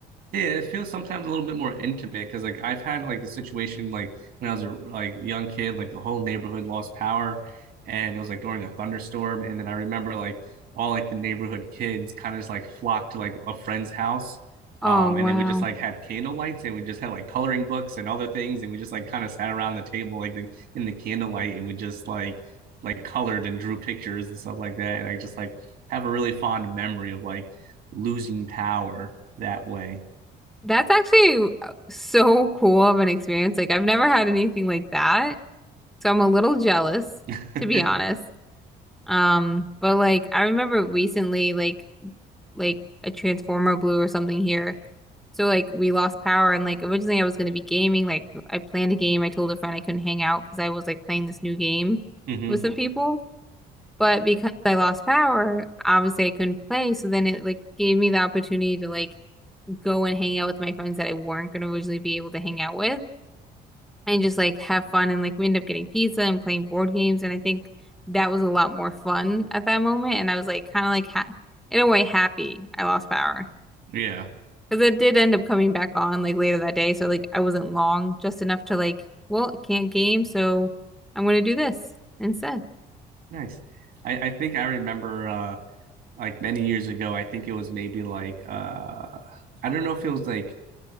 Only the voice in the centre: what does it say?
Oh wow.
That's actually uh, so cool of an experience. Like I've never had anything like that. So I'm a little jealous,
to be honest. Um, but like I remember recently, like like a transformer blue or something here. So like we lost power and like originally I was going to be gaming. Like I planned a game. I told a friend I couldn't hang out because I was like playing this new game
with some people. But because I lost power, obviously I couldn't play. So then it like gave me the opportunity to like go and hang out with my friends that I weren't going to originally be able to hang out with and just like have fun. And like we ended up getting pizza and playing board games. And I think that was a lot more fun at that moment. And I was like kind of like ha in a way happy I lost power.
Because it did end up coming back on like later that day. So like I wasn't long, just enough to like, well, I can't game, so I'm gonna do this instead.